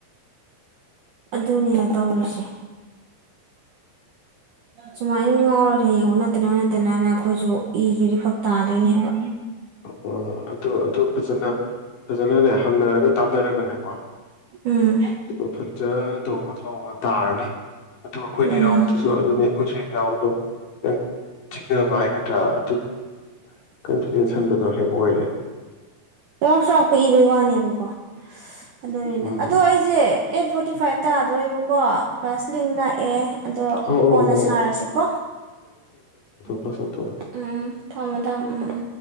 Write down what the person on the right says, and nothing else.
ꯑꯗꯨꯅꯤꯅ‌ꯦ ꯇꯧꯔꯤꯁꯦ꯫ ꯁꯨꯃꯥꯏꯟ ꯉꯥꯎꯔꯦꯗꯤ ꯍꯌ‌ꯦꯡ ꯑꯣꯟꯅ ꯇꯩꯅꯅ ꯑꯩꯈꯣꯏꯁꯨ꯫ ꯏꯒꯔꯗꯤ ꯐꯛ ꯇꯥꯗꯣꯏꯅꯦꯕ
ꯎꯝ꯫
ꯎꯝ
ꯆꯥꯎꯔꯥꯛ ꯆꯥꯎꯔꯥꯛꯄ ꯏꯕꯒꯤ ꯋꯥꯅꯦꯕꯀꯣ ꯑꯗꯨꯅꯦꯗ
ꯑꯗꯣ ꯑꯩꯖ‌ꯦ꯫ ꯑꯦꯠ ꯐꯣꯔꯇꯤ ꯐꯥꯏꯚ ꯇꯥꯗꯣꯔꯦꯕꯀꯣ ꯀ꯭ꯂꯥꯁ ꯂꯤꯡ ꯂꯥꯛꯑꯦ꯫ ꯑꯗꯣ
ꯀꯣꯟꯅ
ꯁꯥꯔꯁꯤꯀꯣ꯫
ꯎꯝ ꯊꯝꯃꯣ ꯊꯝꯊꫭ ꯎꯝ ꯎꯝ꯫